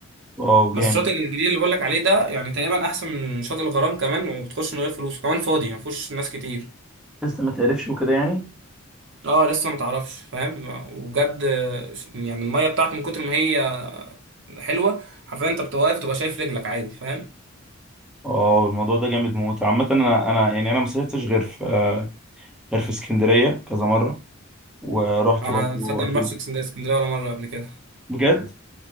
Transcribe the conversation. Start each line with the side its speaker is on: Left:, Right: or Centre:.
Centre: واو
Right: بس
Centre: جامد
Right: الشاطئ الجديد اللي بقول لك عليه ده يعني تقريبا احسن من شاطئ الغرام كمان وبتخش من غير فلوس كمان فاضي يعني مفيهوش ناس كتير
Centre: لسه ما تعرفش وكده يعني
Right: اه لسه ما تعرفش فاهم وبجد يعني الميه بتاعت من كتر ما هي حلوه حرفيا انت بتبقى واقف تبقى شايف رجلك عادي فاهم
Centre: اه الموضوع ده جامد موت عامه انا انا يعني انا ما صيفتش غير في آه، غير في اسكندريه كذا مره ورحت
Right: انا
Centre: برضه
Right: تصدق انا
Centre: اكيد
Right: ما رحتش اسكندريه اسكندرية ولا مره قبل كده
Centre: بجد